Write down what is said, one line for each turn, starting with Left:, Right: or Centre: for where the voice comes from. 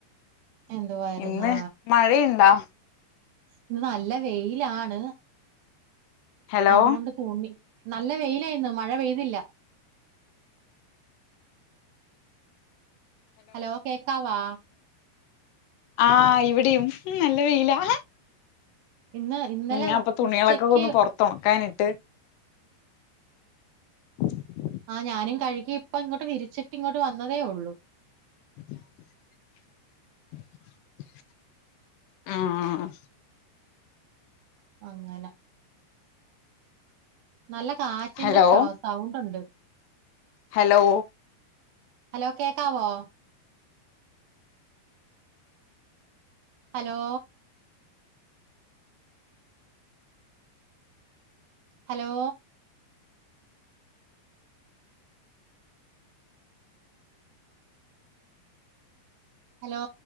Right: എന്തുവായിരുന്നു
Left: ഇന്ന് മഴയുണ്ടാ
Right: ഇന്ന് നല്ല വെയിലാണ്
Left: ഹലോ
Right: അതുകൊണ്ട്- തുണി നല്ല വെയില ഇന്ന് മഴ പെയ്തില്ല ഹലോ കേക്കവാ
Left: ആഹ് ഇവിടെയും നല്ല വെയിലാ
Right: ഇന്ന് ഇന്നലെ
Left: ഞാൻ ഇപ്പൊ തുണികളൊക്കെ
Right: ഉച്ചക്ക്
Left: ഒന്ന് പൊറത്ത് ഒണക്കാനിട്ട് <unintelligible>
Right: ആഹ് ഞാനും കഴുകി ഇപ്പയിങ്ങോട്ട് വിരിച്ചിട്ട് ഇങ്ങോട്ട് വന്നതേയുള്ളൂ
Left: <inaudible> ആഹ്
Right: അങ്ങനെ നല്ല കാറ്റിന്റെ
Left: ഹലോ
Right: സൗണ്ട് ഉണ്ട്
Left: ഹലോ
Right: ഹലോ കേക്കാവോ ഹലോ ഹലോ ഹലോ